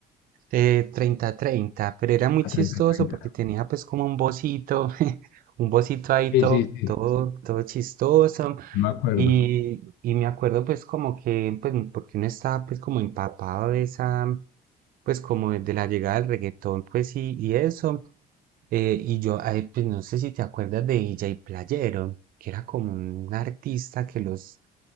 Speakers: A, on the right; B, on the left.
A: de treinta treinta pero era muy
B: a
A: chistoso
B: 30-30.
A: porque tenía pues como un bocito, <laughs> un bocito ahí
B: Sí,
A: todo,
B: sí, sí,
A: todo, todo chistoso.
B: yo me acuerdo.
A: Y, y me acuerdo pues como que, pues porque uno estaba pues como empapado de esa, pues como de de la llegada del reggaetón pues y, y eso. Eh, y yo, ay, pues no sé si te acuerdas de DJ Playero, que era como un artista que los,